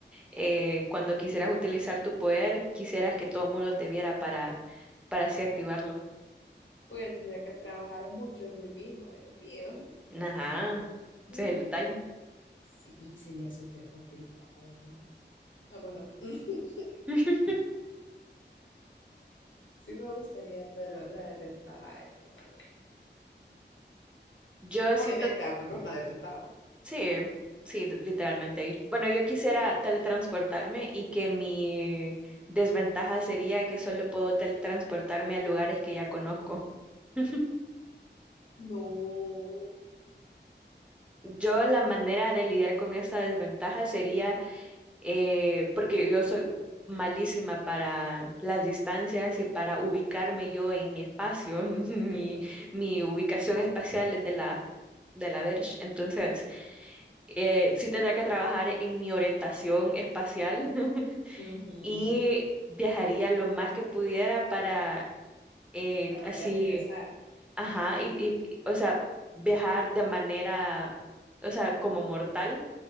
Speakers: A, in the centre; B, on the left.
A: eh, cuando quisieras utilizar tu poder, quisieras que todo el mundo te viera para, para así activarlo.
B: Voy a tener que trabajar mucho en mí mismo, Dios mío.
A: Ajá, ese
B: Eh,
A: es el detalle.
B: Sí, sería súper complicado, ¿no? Ah, bueno, <laughs>
A: <laughs>
B: sí me gustaría, pero la desventaja es lo malo.
A: Yo
B: Obviamente,
A: siento,
B: ah, porque es una desventaja.
A: sí, sí, li- literalmente. Y, Bueno, yo quisiera teletransportarme y que mi desventaja sería que solo puedo teletransportarme a lugares que ya conozco. <laughs>
B: No.
A: Yo
B: O sea,
A: la manera de lidiar con esta desventaja sería eh, porque yo soy malísima para las distancias y para ubicarme yo en mi espacio, <laughs> mi,
B: ujú,
A: mi ubicación espacial es de la, de la Verge, entonces eh, sí tendría que trabajar en mi orientación espacial <laughs>
B: ujú,
A: y viajaría lo más que pudiera para eh,
B: para
A: así,
B: poder regresar.
A: ajá, y, y, o sea, viajar de manera, o sea, como mortal